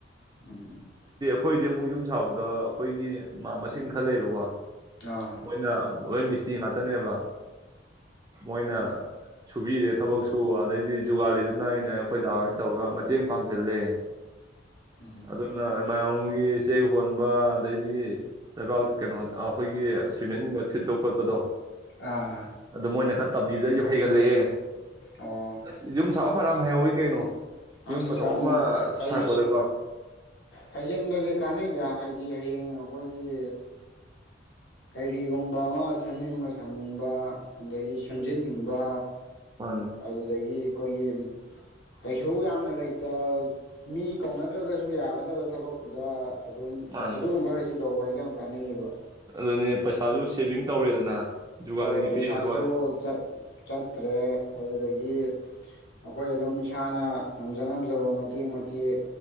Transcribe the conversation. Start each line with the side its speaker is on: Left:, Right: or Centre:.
Left: ꯎꯝ
Right: ꯑꯩꯈꯣꯏꯗꯤ ꯑꯃꯨꯛ ꯌꯨꯝ ꯁꯥꯕꯗ ꯑꯩꯈꯣꯏꯒꯤ ꯃꯥꯝꯃꯁꯤꯡ ꯈꯔ ꯂꯩꯕꯀꯣ
Left: ꯑꯥ
Right: ꯃꯣꯏꯅꯣꯅ ꯃꯤꯁꯇꯤ ꯇꯤ ꯉꯥꯛꯇꯅꯦꯕ ꯃꯣꯏꯅ ꯁꯨꯕꯤꯔꯦ ꯊꯕꯛꯁꯨ ꯑꯗꯩꯗꯤ ꯖꯨꯒꯥꯂꯤꯗꯨꯅ ꯑꯩꯅ ꯑꯩꯈꯣꯏꯗꯥꯍꯣꯏ ꯇꯧꯔꯒ ꯃꯇꯦꯡ ꯄꯥꯡꯁꯤꯜꯂꯦ
Left: ꯎꯝ
Right: ꯑꯗꯨꯅ ꯆꯦꯛ ꯍꯣꯟꯕ ꯑꯗꯩꯗꯤ ꯂꯩꯕꯥꯛ ꯀꯩꯅꯣ ꯑꯩꯈꯣꯏꯒꯤ ꯁꯤꯃꯦꯟꯒꯨꯝꯕ ꯊꯤꯠꯄ ꯈꯣꯠꯄ ꯈꯣꯠꯄꯗꯣ
Left: ꯑꯥ
Right: ꯑꯗꯣ ꯃꯣꯏꯅ ꯈꯔ ꯇꯝꯕꯤꯕꯗ ꯑꯩꯁꯨ ꯍꯩꯒꯠꯂꯛꯑꯦ
Left: ꯑꯣ
Right: ꯑꯁ ꯌꯨꯝ ꯁꯥꯕ ꯐꯅꯌꯥꯝ ꯍꯩꯍꯧꯋꯤ ꯀꯩꯅꯣ ꯌꯨꯝ
Left: ꯑꯁ
Right: ꯑꯆꯧꯕ
Left: ꯌꯥꯝ
Right: ꯑꯃ ꯁꯥꯔꯛꯄꯗꯀꯣ
Left: ꯑꯩ ꯍꯥꯏꯖꯤꯟꯕꯁꯦ ꯀꯥꯟꯅꯩꯗ ꯍꯥꯏ ꯍꯌꯦꯡ ꯑꯩꯈꯣꯏꯒꯤ ꯀꯔꯤꯒꯨꯝꯕ ꯑꯃ ꯁꯦꯝꯅꯤꯡꯕ ꯁꯥꯅꯤꯡꯕ ꯑꯗꯒꯤ ꯁꯦꯝꯖꯤꯟꯅꯤꯡꯕ
Right: ꯃꯥꯅꯦ
Left: ꯑꯗꯨꯗꯒꯤ ꯑꯩꯈꯣꯏꯒꯤ ꯀꯩꯁꯨ ꯌꯥꯝꯅ ꯂꯩꯇ ꯃꯤ ꯀꯧꯅꯗ꯭ꯔꯒꯁꯨ ꯌꯥꯒꯗꯕ ꯊꯕꯛꯇꯨꯗ ꯑꯗꯨꯝ
Right: ꯃꯥꯅꯦ
Left: ꯑꯗꯨꯝꯕ ꯍꯩꯖꯟ ꯍꯩꯍꯧꯕ ꯍꯥꯏꯁꯦ ꯌꯥꯝ ꯀꯥꯟꯅꯩꯌꯦꯕ
Right: ꯑꯗꯨꯅꯦ ꯄꯩꯁꯥꯁꯨ ꯁꯦꯚꯤꯡ ꯇꯧꯔꯦꯗꯅ ꯖꯨꯒꯥꯂꯤꯒꯤ
Left: ꯍꯣꯏ ꯄꯩꯁꯥꯁꯨ
Right: ꯄꯤꯔꯔꯣꯏ
Left: ꯆꯠ ꯆꯠꯇ꯭ꯔꯦ ꯑꯗꯨꯗꯒꯤ ꯑꯈꯣꯏ ꯑꯗꯨꯝ ꯏꯁꯥꯅ ꯉꯝꯖ ꯉꯝꯖꯕ ꯃꯇꯦꯛ ꯃꯇꯦꯛ